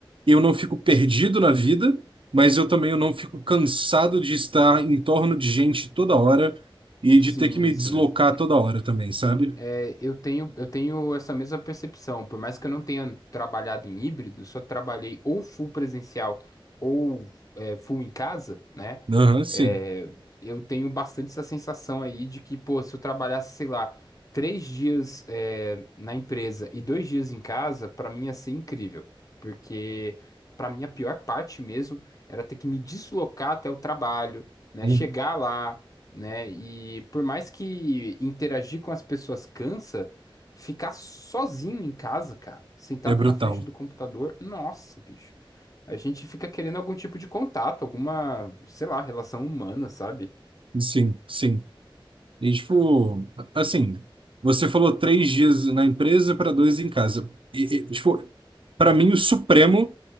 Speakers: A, on the right; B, on the left.
A: eu não fico perdido na vida, mas eu também eu não fico cansado de estar em torno de gente toda hora e de
B: sim,
A: ter que me deslocar
B: sim.
A: toda hora também, sabe?
B: É, eu tenho, eu tenho essa mesma percepção. Por mais que eu não tenha trabalhado em híbrido, eu só trabalhei ou full presencial ou é, full em casa, né?
A: Aham, sim.
B: É, eu tenho bastante essa sensação aí de que, pô, se eu trabalhasse, sei lá, três dias é, na empresa e dois dias em casa, pra mim ia ser incrível. Porque pra mim a pior parte mesmo era ter que me deslocar até o trabalho, né?
A: Uhum.
B: Chegar lá né? E por mais que interagir com as pessoas cansa, ficar sozinho em casa, cara, sentado
A: É brutal.
B: na frente do computador, nossa, bicho. A gente fica querendo algum tipo de contato, alguma, sei lá, relação humana, sabe?
A: Sim, sim. E, tipo, assim, você falou três dias na empresa para dois em casa. E, e, tipo, para mim, o supremo